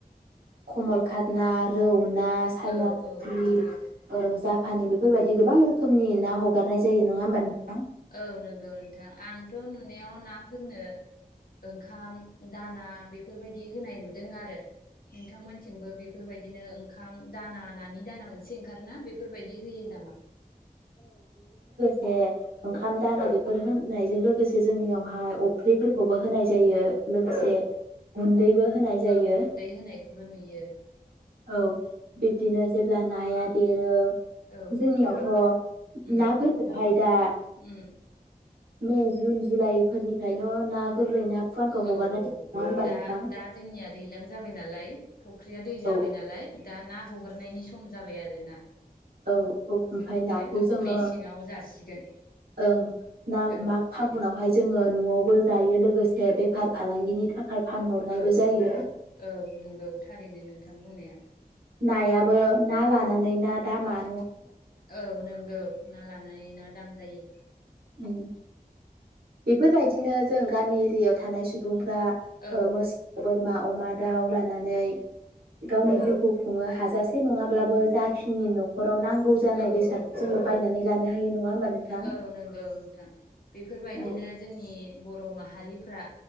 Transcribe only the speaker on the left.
औ
औ नंगौ
औ-औ नंगौ नों थां आंथ नुनायाव नाफोरनो ओंखाम दाना बे बेफोरबायदि होनाय नुदों आरो। नोंथांमोनथिंबो बेफोरबायदिनो ओंखाम दाना नानि दाना मोन सि ओंखारना बेफोरबायदि होयो नामा?
औ
औ
औ गुन्दै होनायखौबो नुयो।
औ
उम
उम
औ
औ
दा
दा जोंनिया दैलां जाबाय नालाय फुख्रिया दै जाबाय
नालाय दा ना हगारनायनि सम सम जाबाय आरोना।
औ
मेसेङाव जासिगोन
औ
औ
औ नंगौ थारैनो नोंथां बुंनाया
औ नंगौ ना लाना नायै ना दाम जायो।
औ
औ
औ
औ नों गौ नोंथां बेफोरबायदिनो
जोंनि बर' माहा माहारिफ्रा